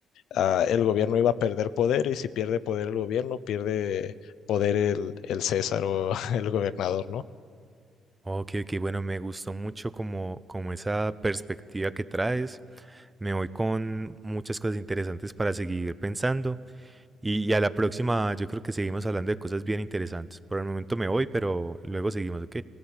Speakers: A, on the left; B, on the right.
A: ah, el gobierno iba a perder poder y si pierde poder el gobierno, pierde poder el, el César o <laughs> el gobernador, ¿no?
B: Ok, ok, bueno, me gustó mucho como, como esa perspectiva que traes. Me voy con muchas cosas interesantes para seguir pensando. Y, y a la próxima, yo creo que seguimos hablando de cosas bien interesantes. Por el momento me voy, pero luego seguimos, ok.